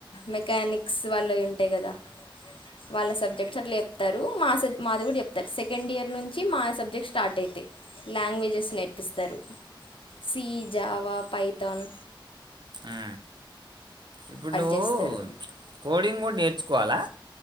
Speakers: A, on the left; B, on the right.
A: మెకనిక్ స్ వాళ్ళవి ఉంటయి కదా. వాళ్ళ సబ్జెక్ట్స్ అట్లు చెప్తారు, మా స మాది కూడా చెప్తారు, సెకండ్ ఇయర్ నుంచి మా సబ్జెక్ట్ స్టార్ట్ అయితే లాంగ్వేజెస్ నేర్పిస్తారు. సి, జావా, పైతన్
B: అ ఇప్పుడు నువ్వు
A: చేస్తారు
B: కోడింగ్ కూడా నేర్చుకోవాలా?